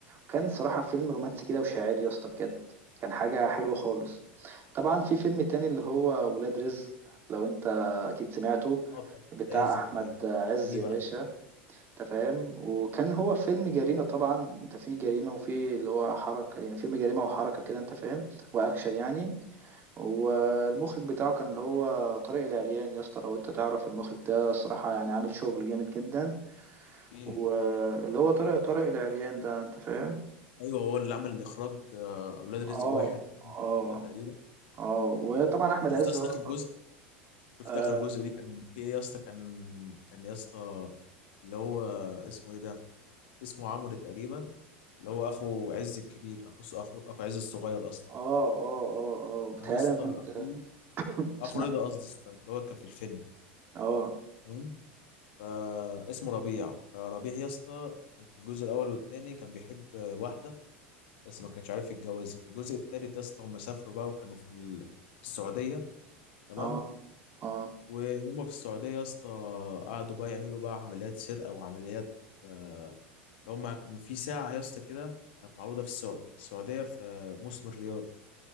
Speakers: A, on the right (about 35°); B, on the left (about 65°).
A: كان صراحة فيلم رومانسي كده وشاعري يا اسطى بجد كان حاجة حلوة خالص طبعا في فيلم تاني اللي هو ولاد رزق لو انت اكيد سمعته
B: آه، بتاعت
A: بتاع
B: عز
A: احمد
B: تقريبا
A: عز
B: تقريبا
A: يا باشا انت فاهم وكان هو فيلم جريمة طبعا انت في جريمة وفي اللي هو حركة يعني فيلم جريمة وحركة كده انت فاهم واكشن يعني والمخرج بتاعه كان اللي هو طارق العريان يا اسطى لو انت تعرف المخرج ده صراحة يعني عامل شغل جامد جدا
B: اكيد
A: واللي هو طارق طارق العريان ده انت فاهم
B: ايوه هو اللي عمل الاخراج آه، اولاد رزق
A: اه
B: واحد واثنين
A: اه
B: وثلاثه تقريبا
A: اه وطبعا احمد عز
B: شفت يا اسطى
A: هو
B: اخر
A: البطل
B: جزء شفت
A: اه
B: اخر جزء ليه كان في ايه يا اسطى كان كان يا اسطى اللي هو اسمه ايه ده اسمه عمرو تقريبا اللي هو اخو عز الكبير اخو اخو اخو عز الصغير اصلا
A: اه اه اه, آه. بتهيألي
B: آه، يا اسطى
A: انا كنت
B: اخو اخو
A: سمعت
B: رضا قصدي الصغير اللي هو كان في الفيلم
A: اه
B: تمام فاسمه ربيع فربيع يا اسطى كان في الجزء الاول والثاني كان بيحب آه، واحده بس ما كانش عارف يتجوزها في الجزء الثالث يا اسطى هم سافروا بقى وكانوا في ال- في السعوديه تمام
A: اه اه
B: وهم في السعودية يا اسطى قعدوا بقى يعملوا بقى عمليات سرقة وعمليات اللي هم كانوا في ساعة يا اسطى كده كانت معروضة في السع- في السعودية في موسم الرياض